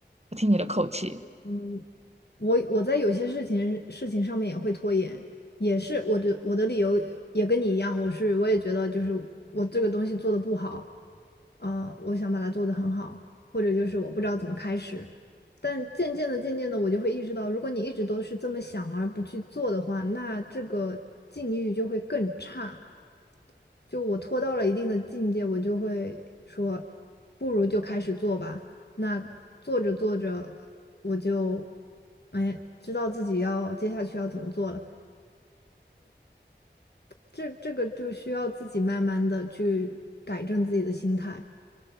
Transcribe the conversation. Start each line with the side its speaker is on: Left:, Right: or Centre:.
Right: 我听你的口气。
Left: 嗯，我我在有些事情事情上面也会拖延，也是我的我的理由也跟你一样，我是我也觉得就是我这个东西做的不好，呃，我想把它做得很好，或者就是我不知道怎么开始，但渐渐的渐渐的我就会意识到，如果你一直都是这么想而不去做的话，那这个境遇就会更差。就我拖到了一定的境界，我就会说，不如就开始做吧。那做着做着，我就哎知道自己要接下去要怎么做了。这这个就需要自己慢慢的去改正自己的心态。